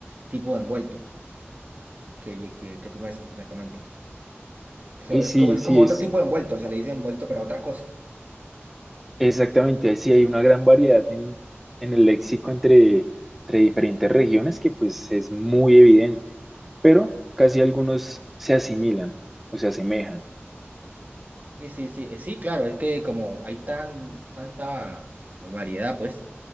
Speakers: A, on the right (about 40°); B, in the centre.
A: tipo de envuelto que, que, que tú me, me comentas. Eso
B: Ok,
A: es
B: sí,
A: como, es
B: sí,
A: como otro
B: es
A: tipo de envuelto, o sea, le dicen envuelto para otra cosa.
B: Exactamente, ahí sí hay una gran variedad en, en el léxico entre, entre diferentes regiones que pues es muy evidente, pero casi algunos se asimilan o se asemejan.
A: Sí, sí, sí, eh, sí, claro, es que como hay tan, tanta variedad, pues,